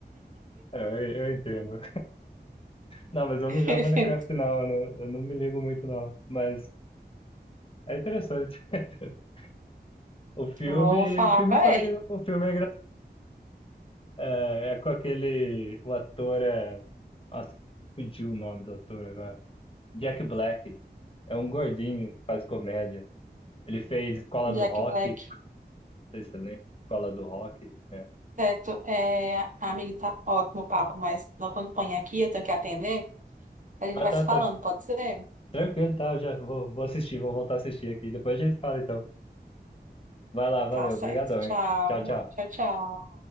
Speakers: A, on the left; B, on the right.
A: É, eu, eu entendo. Não, mas eu
B: <laughs>
A: não jogo Minecraft não, eu não, eu não me ligo muito não. Mas é interessante. <laughs> O filme,
B: Vou falar
A: o filme
B: pra
A: foi,
B: ele.
A: o filme é engraçado. É, é com aquele, o ator é, nossa, fugiu o nome do ator agora. Jack Black. É um gordinho que faz comédia. Ele fez Escola
B: Jack
A: do Rock,
B: Black.
A: não sei se você lembra. Escola do Rock. É.
B: Certo. É, amigo, tá ótimo o papo, mas não acompanha aqui, eu tenho que atender. A gente
A: Ah,
B: vai
A: tá,
B: se falando,
A: tra-
B: pode ser?
A: tranquilo, tá. Eu já vou, vou assistir, vou voltar a assistir aqui. Depois a gente fala, então. Vai lá, valeu,
B: Tá certo.
A: obrigadão,
B: Tchau.
A: hein? Tchau, tchau.
B: Tchau, tchau.